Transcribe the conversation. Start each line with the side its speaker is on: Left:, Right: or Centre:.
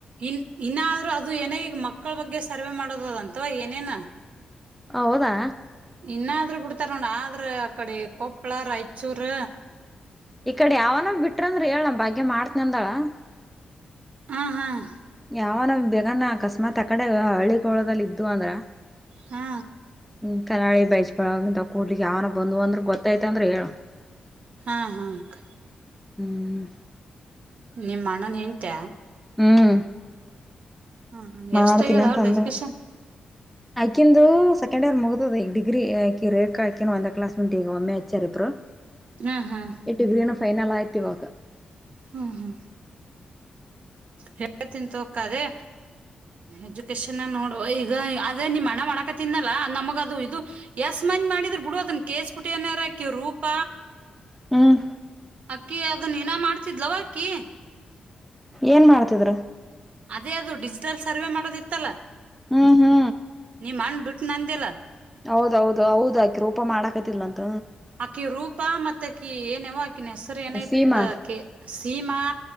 Right: ಇನ್ ಇನ್ನಾದ್ರೂ ಅದು ಏನ ಈಗ ಮಕ್ಕಳ ಬಗ್ಗೆ ಸರ್ವೆ ಮಾಡೋದದಂತವಾ ಏನೇನ.
Centre: ಹೌದಾ.
Right: ಇನ್ನಾದ್ರು ಬಿಡ್ತಾರ ನೋಡ ಆದ್ರ ಆ ಕಡೆ ಕೊಪ್ಪಳ ರಾಯಚೂರ್.
Centre: ಈ ಕಡೆ ಯಾವನ ಬಿಟ್ರ ಅಂದ್ರೆ ಹೇಳಳ್ ನಮ ಬಾಗ್ಯ ಮಾಡ್ತನ ಅಂದಾಳ.
Right: ಹ್ಮ್ ಹ್ಮ್.
Centre: ಯಾವನ ಬೇಗಾನ ಅಕಸ್ಮಾತ್ ಆ ಕಡೆ ಹಳ್ಳಿಗೋಳದಲ್ಲಿ ಇದ್ದು ಅಂದ್ರ.
Right: ಹಾ.
Centre: ಹ ಕನ್ನಳಿ ಬೈಸ್ ಬಳಂತ ಕೂಡ್ಲಿಗ್ ಯಾವನ ಬಂದ್ ಅಂದ್ರೆ ಗೊತ್ತಾಯ್ತ ಅಂದ್ರ ಹೇಳ.
Right: ಹಾ ಹಾ ಹಾಕ್.
Centre: ಹ್ಮ್.
Right: ನಿಮ್ಮ ಅಣ್ಣನ್ ಹೆಂತ್ಯ.
Centre: ಹ್ಮ್
Right: ಹ್ಮ್
Centre: ಮಾಡ್ತೀನ
Right: ಎಷ್ಟಾಗ್ಯದ
Centre: ಅಂತ
Right: ಅವ್ರದ್ದು
Centre: ಅಂದಾಳ.
Right: ಎಜುಕೇಶನ್
Centre: ಆಕಿಂದು ಸೆಕಂಡ್ ಇಯರ್ ಮುಗತದ ಈ ಡಿಗ್ರಿ ಆಕಿ ರೇಕ್ ಆಕಿನ ಒಂದೇ ಕ್ಲಾಸ್ ಮಂಟ್ ಈಗ ಒಮ್ಮೆ ಹಚ್ಚಾರ ಇಬ್ಬ್ರು.
Right: ಹ್ಮ್ ಹ್ಮ್.
Centre: ಡಿಗ್ರೀನು ಫೈನಲ್ ಆಯ್ತ ಇವಾಗ.
Right: ಹ್ಮ ಹ್ಮ. ಹೇಳ್ತಿನ ತೊಗೊ ಅಕ್ಕಾ ಅದೇ. ಎಜುಕೇಶನ್ ನೋಡುವ ಈಗ ಅದೇ ನೀಮ್ ಅಣ್ಣಾ ಮಾಡಕತಿದ್ನ ಅಲ್ಲಾ ನಮಗ ಅದು ಇದು. ಎಸ್ ಮಂದಿ ಮಾಡಿದ್ರ ಬಿಡು ಅದನ್ ಕೆ. ಎಚ್ ಪಿ ಟಿ ಅನರ ರೂಪ.
Centre: ಹ್ಮ್
Right: ಅಕ್ಕಿ ಅದನ್ ಇನ್ನ ಮಾಡ್ತಿದ್ಲವ ಅಕ್ಕಿ.
Centre: ಏನ್ ಮಾಡ್ತಿದ್ರ.
Right: ಅದೇ ಅದು ಡಿಜಿಟಲ್ ಸರ್ವೆ ಮಾಡೋದಿತ್ತಲ್ಲ.
Centre: ಹ್ಮ್ ಹ್ಮ್.
Right: ನಿಮ್ಮಣ್ಣ ಬಿಟ್ಟನ ಅಂದೆಲ್ಲ.
Centre: ಹೌದೌದು ಹೌದು ಆಕೆ ರೂಪ ಮಾಡಾಕತಿಲ್ಲ ಅಂತ.
Right: ಅಕ್ಕಿ ರೂಪಾ ಮತ್ತ ಅಕ್ಕಿ ಏನ್ವು ಆಕಿನ ಹೆಸ್ರು ಏನೈತ್
Centre: ಸೀಮಾ
Right: ಅಕಿ ಸೀಮಾ.